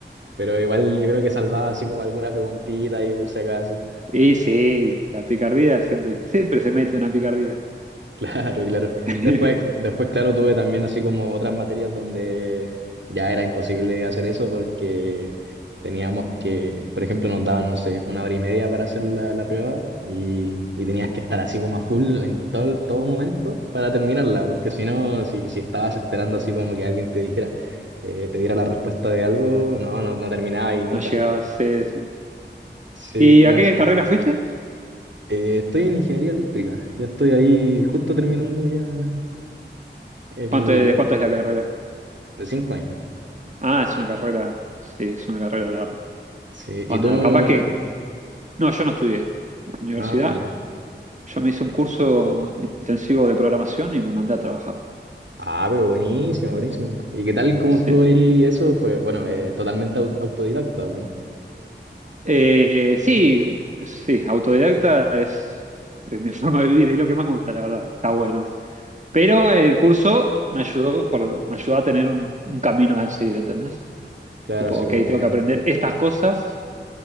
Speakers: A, on the right; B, on the right.
A: pero igual yo creo que salvaba así como alguna preguntita ahí por si acaso.
B: y sí, la picardía siempre, siempre se mete una picardía.
A: Claro, claro.
B: <laughs>
A: Después, después, claro, tuve también así como otras materias donde ya era imposible hacer eso porque teníamos que, por ejemplo, nos daban, no sé, una hora y media para hacer la, la prueba y, y tenías que estar así como a full en todo, todo momento para terminarla, porque si no, si, si estabas esperando así como que alguien te dijera, eh, te diera la respuesta de algo, no, no, no terminaba y nica.
B: No llegaba a ser.
A: Sí,
B: ¿Y
A: no.
B: a qué carrera fuiste?
A: eh, estoy en ingeniería eléctrica, ya estoy ahí justo terminando ya. El,
B: ¿Cuánto, de cuánto es la carrera?
A: De cinco años.
B: Ah, es una carrera. Sí, es una carrera larga.
A: Sí,
B: Onda,
A: y tú...
B: capaz que. No, yo no estudié. Universidad.
A: Ah,
B: Yo me hice un curso intensivo de programación y me mandé a trabajar.
A: ah, pero buenísimo, buenísimo. ¿Y qué tal cómo
B: Sí.
A: estuvo ahí? Eso fue, bueno, eh, totalmente au- autodidacta, pues.
B: Eh, sí, sí, autodidacta es, es mi <laughs> forma de vivir, es lo que más me gusta, la verdad. Está bueno. Pero el curso me ayudó, por, me ayudó a tener un, un camino a seguir, ¿entendés?
A: Claro,
B: Tipo,
A: así
B: ok,
A: como...
B: tengo que aprender estas cosas